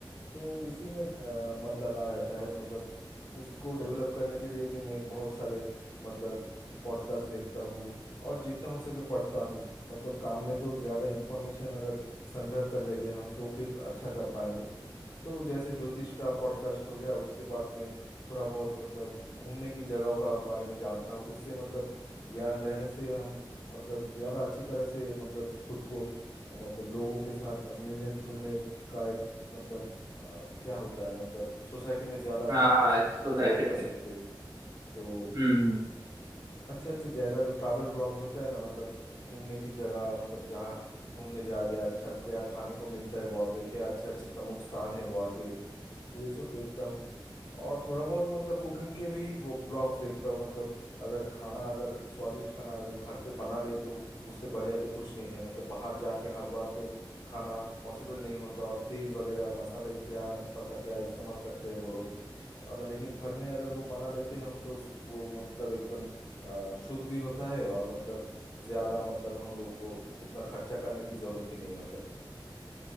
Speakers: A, on the left (about 50°); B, on the right (about 45°).
A: तो उसी में अ, मन लगा रहता है मतलब उसको डेवलप करने के लिए भी मैं बहुत सारे मतलब पॉडकास्ट देखता हूँ और जितना हो सके पढ़ता हूँ मतलब काम में तो ज़्यादा इन्फॉर्मेशन अगर संग्रह कर लेंगे हम तो फिर अच्छा कर पाएंगे तो जैसे ज्योतिष का पॉडकास्ट हो गया उसके बाद में थोड़ा बहुत मतलब घूमने की जगहों का बारे में जानता हूँ इससे मतलब ज्ञान रहने से हम मतलब ज्यादा अच्छी तरह से मतलब खुद को मतलब लोगों के साथ मिलने जुलने का एक मतलब अ, क्या होता है मतलब सोसाइटी में ज्यादा अच्छी
B: हाँ
A: तरह से
B: एक सोसाइटी
A: बात कर
B: में
A: सकते हैं तो
B: हम्म
A: अच्छे अच्छे जगह जो ट्रैवल ब्लॉग्स होता है ना मतलब घूमने की जगह मतलब जहाँ घूमने जा रहे हैं अच्छा क्या खाने को मिलता है वहाँ पे क्या अच्छे अच्छे प्रमुख स्थान है वहाँ के ये सब देखता हूँ और थोड़ा बहुत मतलब कुकिंग के भी वो ब्लॉग्स देखता हूँ मतलब अगर खाना अगर स्वादिष्ट खाना अगर घर पे बना ले तो उससे बढ़िया तो कुछ नहीं है मतलब बाहर जाके हर बार तो खाना पॉसिबल नहीं होता और तेल वगैरह मसाले क्या न पता क्या इस्तेमाल करते हैं वो लोग अगर लेकिन घर में अगर वो बना लेते हैं हम तो उस- वो मतलब एकदम अ, शुद्ध भी होता है और मतलब ज्यादा मतलब हम लोग को उतना खर्चा करने की जरूरत भी नहीं होता है